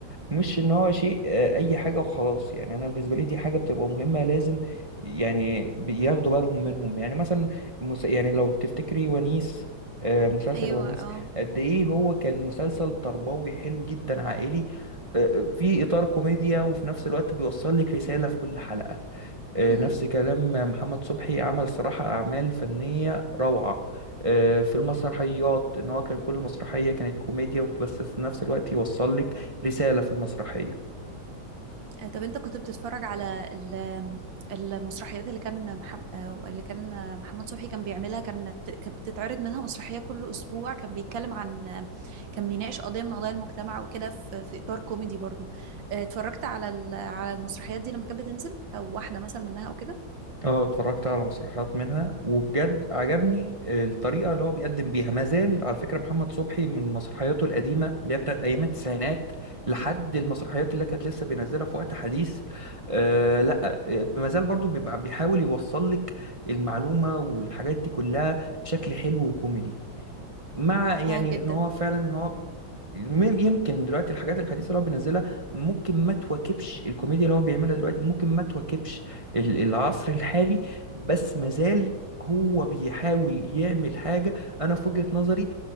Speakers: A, on the right; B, on the right.
A: مش ان هو شيء آه، اي حاجه وخلاص يعني انا بالنسبه لي دي حاجه بتبقى مهمه لازم يعني بياخدوا بالهم منهم يعني مثلا المس... يعني لو تفتكري ونيس آه، مسلسل
B: ايوه
A: ونيس
B: اه
A: قد ايه هو كان مسلسل تربوي حلو جدا عائلي آه، في اطار كوميديا وفي نفس الوقت بيوصل لك رساله في كل حلقه آه،
B: هم.
A: نفس كلام محمد صبحي عمل صراحه اعمال فنيه روعه آه، في المسرحيات ان هو كان كل مسرحيه كانت كوميديا بس في نفس الوقت يوصل لك رساله في المسرحيه
B: آه، طب انت كنت بتتفرج على ال- المسرحيات اللي كان محمد اللي كان آه، محمد صبحي كان بيعملها كان بت- كانت بتتعرض منها مسرحية كل أسبوع كان بيتكلم عن آه، كان بيناقش قضية من قضايا المجتمع وكده في في إطار كوميدي برضو آه، اتفرجت على ال- على المسرحيات دي لما كانت بتنزل أو واحدة مثلا منها أو كده
A: اه اتفرجت على مسرحيات منها وبجد عجبني الطريقة اللي هو بيقدم بيها ما زال على فكرة محمد صبحي من مسرحياته القديمة اللي هي بتاعت أيام التسعينات لحد المسرحيات اللي كانت لسه بينزلها في وقت حديث آه لا آه، ما زال برضو بيبقى بيحاول يوصل لك المعلومة والحاجات دي كلها بشكل حلو وكوميدي مع يعني
B: اه جدا
A: ان هو فعلا ان هو مم- يمكن دلوقتي الحاجات الحديثه اللي هو بينزلها ممكن ما تواكبش الكوميديا اللي هو بيعملها دلوقتي ممكن ما تواكبش ال- العصر الحالي بس مازال هو بيحاول يعمل حاجه انا في وجهه نظري